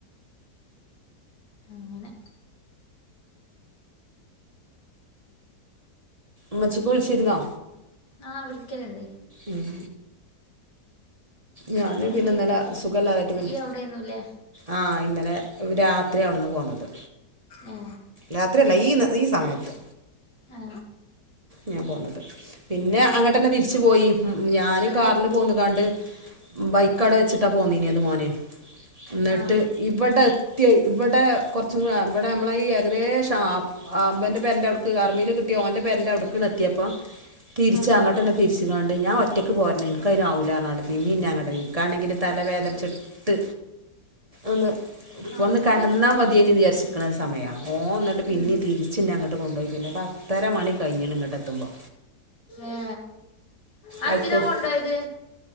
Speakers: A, on the left; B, on the right.
A: അങ്ങനെ
B: മ്മച്ചിക്ക് വിളിച്ചിരുന്നോ?
A: ആഹ് വിളിക്കല്ണ്ട്‌
B: ഉം ഞാന്
A: ആ
B: പിന്നെ
A: നീ
B: ഇന്നലെ സുഖല്ലാതായിട്ട് പിന്നെ
A: ഈ അവിടെയൊന്നും ഇല്ലേ
B: ആ ഇന്നലെ രാത്രി അവിടുന്ന് പോന്നത്
A: ഏ
B: രാത്രിയല്ല ഈ ഈ സമയത്ത്
A: ആ
B: ഞാൻ പോന്നത് പിന്നെ
A: ഞങ്ങൾ
B: അങ്ങട്ടന്നെ തിരിച്ച് പോയി ഞാൻ
A: എന്തിന്
B: കാറില് പോന്ന്കാണ്ട് ബൈക്കവടെ വെച്ചിട്ടാ പോന്നീനത് മോന് ന്നട്ട്
A: ആ
B: ഇവിടെ യ് ഇവിടെ കുറച്ചും കൂടെ ഇവിടെ നമ്മളെ ഏകദേശം അ ബന്റെ പേരന്റൗട്ക്ക് അവിടുക്ക് ആർമിയിൽ കിട്ടിയ ഓന്റെ ന്റെ പെരന്റെ അവ്ടുക്കണ് എത്തിയപ്പൊ തിരിച്ച്
A: ആ
B: അങ്ങട്ടന്നെ തിരിച്ചു ണ്ട് ഞാൻ ഒറ്റക്ക് പോരണം ഇൻക്കയ്ന് ആവൂല്ലാർഞ്ഞിക്കാണ്ട്‌ പിന്നീം ഞാനിങ്ങട്ടെന്നെ ഇൻക്കാണെങ്കിൽ തലവേദനച്ചിട്ട് ഒന്ന്
A: ആ
B: ഒന്ന്
A: എന്നിട്ട്
B: കടന്നാ മതിയെയ്നിന്ന് വിചാരിച് ക്ക്ണ ഒര് സമയാ ഓ എന്നിട്ട് പിന്നീ
A: ഉം.
B: തിരിച്ചി ഞങ്ങട്ട് പിന്നെ പത്തര മണി കഴിഞ്ഞന് ഇങ്ങോട്ട്ത്തുമ്പോ
A: ഏ ആ
B: ആയിക്കോട്ട
A: എന്തിനാ കൊണ്ടുപോയത്